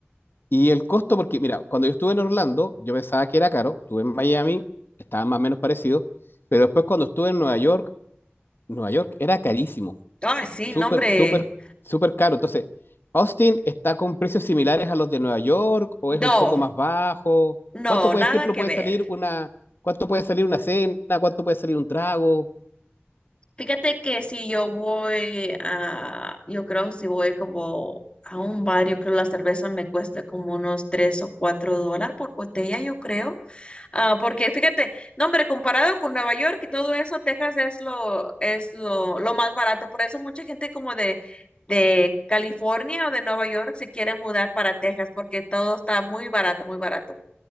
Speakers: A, on the left; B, on the left.
A: Y el costo, porque mira, cuando yo estuve en Orlando, yo pensaba que era caro, estuve en Miami, estaba más o menos parecido, pero después cuando estuve en Nueva York, Nueva York era carísimo,
B: Ah, sí,
A: súper,
B: no, hombre.
A: súper, súper caro. Entonces, ¿Austin está con precios similares a los de Nueva York o es
B: No,
A: un poco más bajo?
B: no,
A: ¿Cuánto, por
B: nada
A: ejemplo,
B: que
A: puede
B: ver.
A: salir una, cuánto puede salir una cena? ¿Cuánto puede salir un trago?
B: Fíjate que si yo voy a, yo creo si voy como a un bar, yo creo la cerveza me cuesta como unos 3 o 4 dólares por botella, yo creo. Ah, porque fíjate, no, hombre, comparado con Nueva York y todo eso, Texas es lo, es lo, lo más barato. Por eso mucha gente como de, de California o de Nueva York se quiere mudar para Texas, porque todo está muy barato, muy barato.